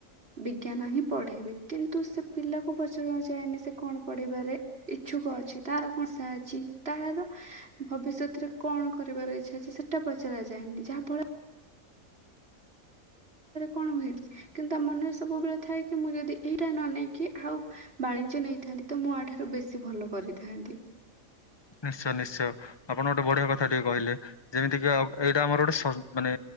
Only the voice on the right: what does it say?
ବିଜ୍ଞାନ ହିଁ ପଢେଇବି। କିନ୍ତୁ ସେ ପିଲାକୁ ପଚାର ଯାଏନି ସେ କଣ ପଢିବାରେ ଇଛୁକ ଅଛି, ତାର କଣ ସାହା <unintelligible> ଅଛି ତାହାର ଭବି ଭବିିଷ୍ୟତରେ କଣ କରିବାର ଇଚ୍ଛା ଅଛି ସେଟା ପଚାର ଯାଏନି? ଯାହା ଫଳରେ କଣ ହୁଏ କିନ୍ତୁ ତା ମନରେ ସବୁବେଳେ ଥାଏ କି ମୁଁ ଯଦି ଏଇଟା ନ ନେଇକି, ଆଉ ବାଣି ଜ୍ୟ ନେଇଥାନ୍ତି ତ ମୁଁ ଆଠାରୁ ବେଶୀ ଭଲ କରିଥାନ୍ତି।